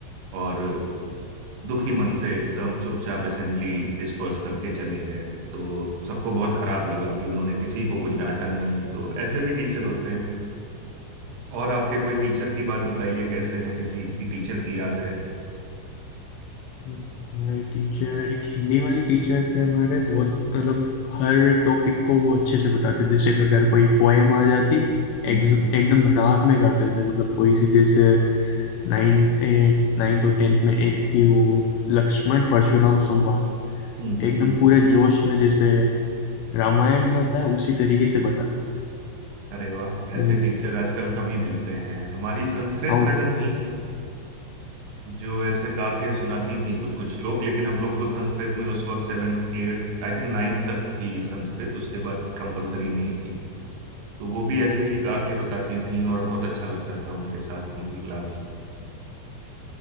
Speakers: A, on the right (about 80°); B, on the left (about 80°).
A: और दुखी मन से एकदम चुपचाप असेंबली डिस्पर्स करके चले गए तो सबको बहुत खराब लगा कि उन्होंने किसी को कुछ डांटा नहीं तो ऐसे भी टीचर होते हैं और आपके कोई टीचर की बात बताइए कैसे हैं किसी की टीचर की याद है
B: हमारे टीचर एक हिंदी वाली टीचर थे हमारे बहुत मतलब हर टॉपिक को वो अच्छे से बताते जैसे कि अगर कोई पोएम आ जाती एक,
A: हम्म
B: एकदम राग में गाते थे मतलब कोई सी जैसे नाइन्थ एट नाइन्थ और टेंथ में एक थी वो लक्ष्मण परशुराम संवाद
A: हम्म हम्म
B: एकदम पूरे जोश में जैसे रामायण में होता है उसी तरीके से बताते हैं
A: अरे वाह ऐसे
B: वो
A: टीचर आजकल कम ही मिलते हैं हमारी संस्कृत
B: आओ
A: मैडम थी जो ऐसे गा के सुनाती थी कुछ कुछ श्लोक लेकिन हम लोग को संस्कृत में उस वक्त seventh eighth I think ninth तक थी संस्कृत उसके बाद कंपलसरी नहीं थी तो वो भी ऐसे ही गा के बताती थी और बहुत अच्छा लगता था उनके साथ उनकी क्लास